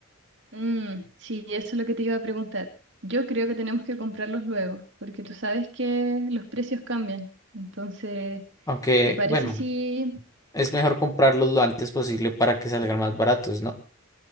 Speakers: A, on the right; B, on the left.
A: mm, sí, eso es lo que te iba a preguntar. Yo creo que tenemos que comprarlos luego, porque tú sabes que los precios cambian. Entonces,
B: Aunque,
A: ¿te parece
B: bueno.
A: si,
B: Es mejor comprarlos lo antes posible para que salgan más baratos, ¿no?